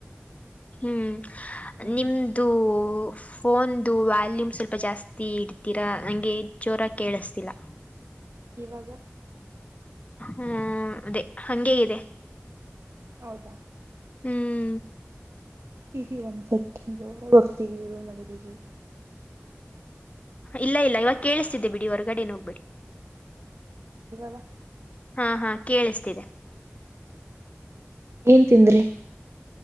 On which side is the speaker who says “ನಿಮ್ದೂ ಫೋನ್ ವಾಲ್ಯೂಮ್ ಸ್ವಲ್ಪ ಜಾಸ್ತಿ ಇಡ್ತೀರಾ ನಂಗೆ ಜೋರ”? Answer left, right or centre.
Left